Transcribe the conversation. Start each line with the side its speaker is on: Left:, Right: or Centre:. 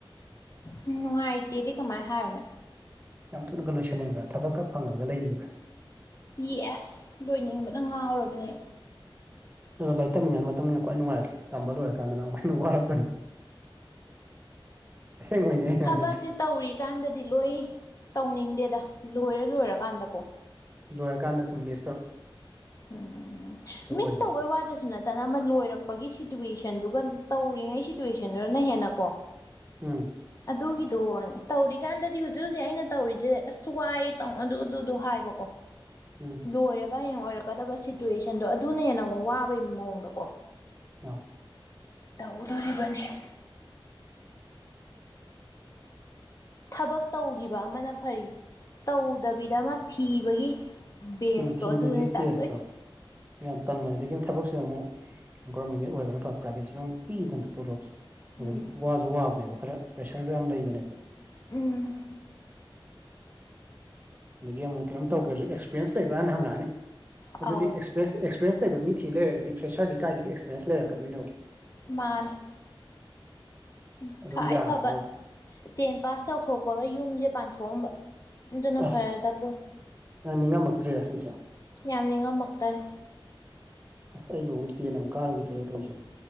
Left: ꯅꯨꯡꯉꯥꯏꯇꯦꯗꯤ ꯀꯃꯥꯏ ꯍꯥꯏꯔꯨꯅꯤ
Right: ꯌꯥꯝ ꯊꯨꯅꯒ ꯂꯣꯏꯁꯤꯟꯅꯤꯡꯕ꯭ꯔꯥ ꯊꯕꯛꯀ ꯐꯪꯉꯒ ꯂꯩꯅꯤꯡꯕ꯭ꯔꯥ
Left: ꯌꯦꯁ ꯂꯣꯏꯅꯤꯡꯕꯅ ꯉꯥꯎꯔꯕꯅꯦ
Right: ꯑꯗꯣ ꯂꯩꯇꯝꯃꯤꯉꯩ ꯃꯇꯨꯝꯅ ꯈ꯭ꯋꯥꯏ ꯅꯨꯡꯉꯥꯏꯕ ꯇꯝꯕ ꯂꯣꯏꯔꯀꯥꯟꯗ ꯑꯃꯨꯛ ꯍꯦꯟꯅ ꯋꯥꯔꯛꯄꯅꯤ ꯑꯁꯦꯡꯕꯩꯅꯦ ꯑꯩꯅ
Left: ꯊꯕꯛꯁꯤ
Right: ꯍꯥꯏꯔꯤꯁꯦ
Left: ꯇꯧꯔꯤꯀꯥꯟꯗꯗꯤ ꯂꯣꯏ ꯇꯧꯅꯤꯡꯗꯦꯗ ꯂꯣꯏꯔ ꯂꯣꯏꯔꯀꯥꯟꯗꯀꯣ
Right: ꯂꯣꯏꯔꯀꯥꯟꯗ ꯁꯨꯝ ꯌꯦ
Left: ꯎꯝ
Right: ꯑꯗꯨ
Left: ꯃꯤꯁ
Right: ꯑꯣꯏꯕꯅꯤ
Left: ꯇꯧꯕꯩ ꯋꯥꯗꯁꯨ ꯅꯠꯇꯦ ꯐꯇꯅ ꯑꯃ ꯂꯣꯏꯔꯛꯄꯒꯤ ꯁꯤꯇꯨꯋꯦꯁꯟꯗꯨꯒ ꯇꯧꯔꯤꯉꯩ ꯁꯤꯇꯨꯋꯦꯁꯟꯗꯨꯔꯅ ꯍꯦꯟꯅ ꯀꯣ
Right: ꯎꯝ
Left: ꯑꯗꯨꯒꯤꯗꯣꯅꯦ ꯇꯧꯔꯤꯀꯥꯟꯗꯗꯤ ꯍꯧꯖꯤꯛ ꯍꯧꯖꯤꯛ ꯑꯩꯅ ꯇꯧꯔꯤꯁꯦ ꯑꯁ ꯋꯥꯏ ꯑꯗꯨꯗꯨꯗꯣ ꯍꯥꯏꯕꯀꯣ
Right: ꯎꯝ
Left: ꯂꯣꯏꯔꯒ ꯍꯌꯦꯡ ꯑꯣꯏꯔꯛꯀꯗꯕ ꯁꯤꯇꯨꯋꯦꯁꯟꯗꯣ ꯑꯗꯨꯅ ꯍꯦꯟꯅ ꯃꯨꯛ ꯋꯥꯕꯒꯤ ꯃꯑꯣꯡꯗꯀꯣ
Right: <inaudible>
Left: ꯇꯧꯗꯣꯔꯤꯕꯅꯤ ꯊꯕꯛ ꯇꯧꯒꯤꯕ ꯑꯃꯅ ꯐꯔꯤ ꯇꯧꯗꯕꯤꯗ ꯑꯃ ꯊꯤꯕꯒꯤ ꯕꯦꯁꯇꯣ
Right: ꯎꯝ ꯊꯤꯕꯒꯤ
Left: ꯑꯗꯨꯅꯦ
Right: ꯁ꯭ꯇꯦꯖꯇꯣ
Left: ꯇꯟꯗꯣꯏꯁꯦ
Right: ꯌꯥꯝ ꯇꯟꯕꯅꯤ ꯑꯗꯒꯤ ꯊꯕꯛꯁꯤꯅ ꯑꯃꯨꯛ ꯒꯣꯔꯃꯦꯟꯒꯤ ꯑꯣꯏꯒꯅ ꯐꯕ ꯄ꯭ꯔꯥꯏꯕꯦꯠꯁꯤꯅ ꯑꯃꯨꯛ ꯄꯤꯛꯏꯗꯅ ꯇꯣꯂꯣꯞꯁꯦ
Left: ꯎꯝ
Right: ꯑꯗꯒꯤ ꯋꯥꯁꯨ ꯋꯥꯕꯅꯦꯕ ꯈꯔ ꯄ꯭ꯔꯦꯁꯔꯒꯥ ꯌꯥꯝ ꯂꯩꯕꯅꯦꯕ
Left: ꯎꯝ
Right: ꯑꯗꯒꯤ ꯑꯃꯨꯛ ꯀꯩꯅꯣꯝ ꯇꯧꯒꯦꯔꯖꯨ ꯑꯦꯛꯁꯄꯤꯔꯦꯟꯁ ꯂꯩꯕ꯭ꯔꯥꯅ ꯍꯪꯉꯛꯑꯅꯤ
Left: ꯑꯧ
Right: ꯑꯗꯨꯗꯤ ꯑꯦꯛꯁꯄꯤꯔꯦꯟꯁ ꯂꯩꯕ ꯃꯤ ꯊꯤ ꯂꯩꯔꯒꯗꯤ ꯐ꯭ꯔꯦꯁꯔꯗꯤ ꯀꯥꯏꯗꯒꯤ ꯑꯦꯛꯁꯄꯤꯔꯦꯟꯁ ꯂꯩꯔꯛꯀꯗꯣꯏꯅꯣꯕ
Left: ꯃꯥꯅꯦ ꯎ
Right: ꯑꯗꯨꯝ
Left: ꯈ꯭ꯋꯥꯏ
Right: ꯌꯥꯔꯔꯣꯏ
Left: ꯐꯕ ꯇꯦꯟ ꯄꯥꯁ ꯇꯧꯊꯣꯛꯄꯒ ꯌꯨꯝꯁꯦ ꯄꯥꯟꯊꯣꯛꯑꯝꯕ ꯑꯗꯨꯅ
Right: ꯑꯁ
Left: ꯐꯔꯗ ꯄꯣꯟ
Right: ꯅꯪ ꯅꯤꯡꯉꯝꯃꯛꯇ꯭ꯔꯦꯔ ꯁꯨꯝ ꯁꯨꯝ
Left: ꯌꯥꯝ ꯅꯤꯡꯉꯝꯃꯛꯇꯔꯦ
Right: ꯑꯁ ꯑꯩꯕꯨ ꯑꯃꯨꯛ ꯇꯦꯟ ꯑꯃꯨꯛ ꯀꯥꯔꯨꯒꯤꯗꯣꯢꯔꯣ ꯇꯣꯢꯖꯤꯕꯨ